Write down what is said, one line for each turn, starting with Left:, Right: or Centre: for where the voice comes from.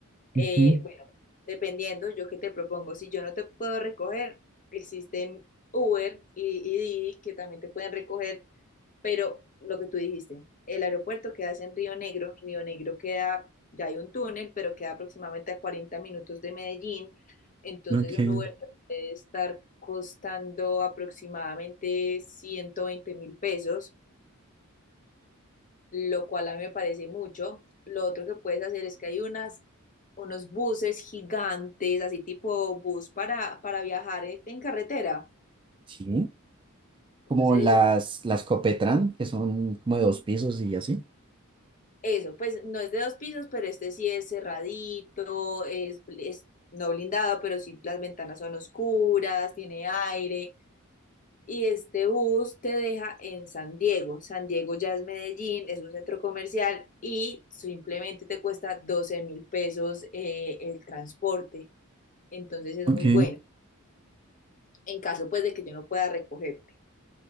Left: Eh,
Right: Ujú,
Left: bueno, dependiendo, yo qué te propongo, si yo no te puedo recoger, existen Uber y, y Didi que también te pueden recoger pero lo que tú dijiste, el aeropuerto queda en Río Negro, Río Negro queda, ya hay un túnel, pero queda aproximadamente a 40 minutos de Medellín, entonces
Right: ok.
Left: un Uber te puede estar costando aproximadamente ciento veinte mil pesos, lo cual a mí me parece mucho. Lo otro que puedes hacer es que hay unas, unos buses gigantes, así tipo bus para, para viajar en, en carretera.
Right: Sí.
Left: Entonces
Right: Como las, las Copetran, que son como de dos pisos y así.
Left: Eso, pues no es de dos pisos, pero este sí es cerradito, es, es no blindado, pero sí las ventanas son oscuras, tiene aire. Y este bus te deja en San Diego. San Diego ya es Medellín, es un centro comercial y simplemente te cuesta doce mil pesos eh, el transporte. Entonces es
Right: Ok.
Left: muy bueno. En caso pues de que yo no pueda recogerte.